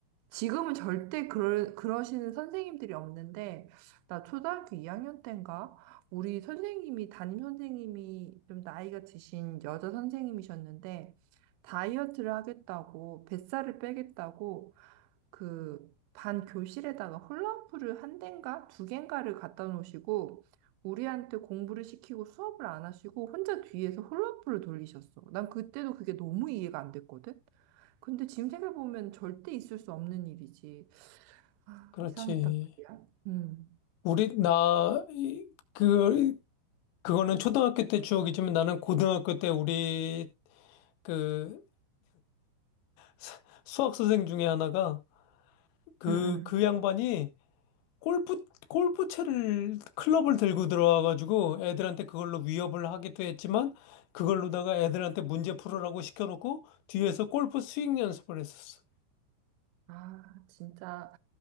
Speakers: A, on the right (about 80°); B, on the left (about 85°).
A: 지금은 절대 그러, 그러시는 선생님들이 없는데, 나 초등학교 2학년 때인가? 우리 선생님이, 담임 선생님이 좀 나이가 드신 여자 선생님이셨는데, 다이어트를 하겠다고, 뱃살을 빼겠다고, 그, 반 교실에다가 홀라후프를 한 대인가? 두 개인가를 갖다 놓으시고, 우리한테 공부를 시키고 수업을 안 하시고, 혼자 뒤에서 홀라후프를 돌리셨어. 난 그때도 그게 너무 이해가 안 됐거든? 근데 지금 생각해보면 절대 있을 수 없는 일이지. 아,
B: 그렇지.
A: 이상했단 말이야. 음,
B: 우리, 나, 이- 그, 그거는 초등학교 때 추억이지만 나는 고등학교 때 우리 그 수- 수학 선생 중에 하나가 그,
A: 음, 음.
B: 그 양반이 골프, 골프채를, 클럽을 들고 들어와가지고 애들한테 그걸로 위협을 하기도 했지만 그걸로다가 애들한테 문제 풀으라고 시켜놓고 뒤에서 골프 스윙 연습을 했었어.
A: 아, 진짜.